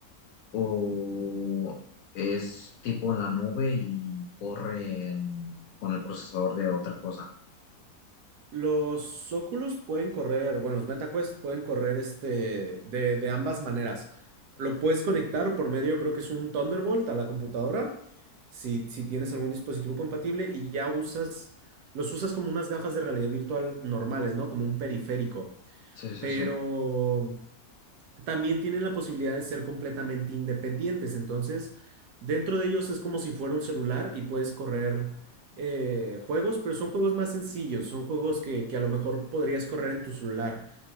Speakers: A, on the left; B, on the right.
A: o es tipo en la nube y corre en- con el procesador de otra cosa?
B: Los Oculus pueden correr, bueno, los MetaQuest pueden correr este de, de ambas maneras. Lo puedes conectar por medio, creo que es un Thunderbolt a la computadora, si, si tienes algún dispositivo compatible y ya usas, los usas como unas gafas de realidad virtual normales, ¿no? Como un periférico.
A: Sí, sí,
B: Pero
A: sí.
B: también tienen la posibilidad de ser completamente independientes. Entonces, dentro de ellos es como si fuera un celular y puedes correr eh, juegos, pero son juegos más sencillos, son juegos que, que a lo mejor podrías correr en tu celular.